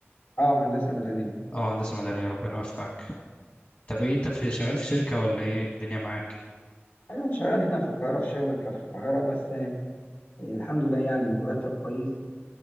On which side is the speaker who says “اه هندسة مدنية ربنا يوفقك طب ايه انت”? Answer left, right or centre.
Left